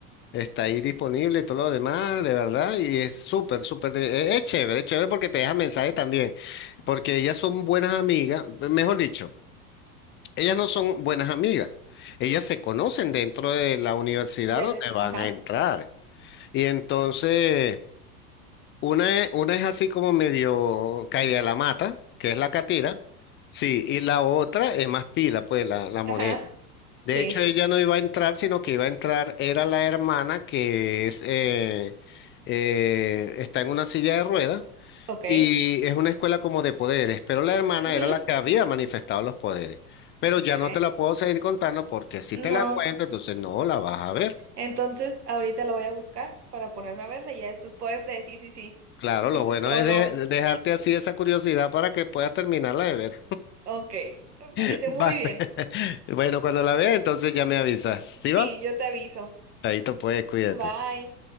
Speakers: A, on the left (about 25°); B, on the right (about 85°).
A: está ahí disponible y todo lo demás, de verdad, y es súper, súper, de- es, es chévere, es chévere porque te deja mensaje también, porque ellas son buenas amigas, mejor dicho, ellas no son buenas amigas, ellas se conocen dentro de la universidad
B: De
A: donde
B: les-
A: van
B: Ajá,
A: a entrar, y entonces una es, una es así como medio caída de la mata, que es la catira, sí, y la otra es más pila, pues la, la
B: ajá,
A: morena. De
B: sí,
A: hecho, ella no iba a entrar, sino que iba a entrar, era la hermana que es, eh, eh, está en una silla de ruedas
B: ok.
A: y es una escuela como de poderes, pero la hermana
B: ujú,
A: era la que había manifestado los poderes. Pero
B: Ok.
A: ya no te la puedo seguir contando porque si
B: No,
A: te la cuento, entonces no la vas a ver.
B: entonces ahorita la voy a buscar para ponerme a verla y ya después poderte decir si sí,
A: Claro,
B: me
A: lo bueno
B: gustó
A: es
B: o no.
A: de- de dejarte así esa curiosidad para que puedas terminarla de ver.
B: Ok, me parece
A: <laughs> Vale.
B: muy bien.
A: <laughs> Bueno, cuando la veas, entonces ya me avisas. ¿Sí
B: Sí,
A: va?
B: yo te aviso.
A: Ahí te puedes, cuídate.
B: Bye.